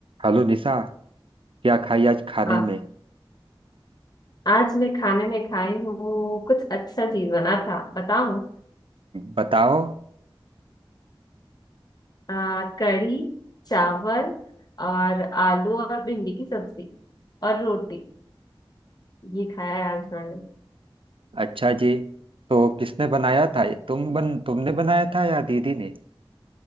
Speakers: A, on the right; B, on the left.
A: Hello Nisha क्या खाई आज खाने
B: हाँ
A: में
B: आज मैं खाने में खाई हूँ कुछ अच्छा चीज बना था बताऊँ
A: बताओ
B: आ, कढ़ी चावल और आलू और भिंडी की सब्जी और रोटी ये खाया है आज मैंने
A: अच्छा जी तो किसने बनाया था तुम बन तुमने बनाया था या दीदी ने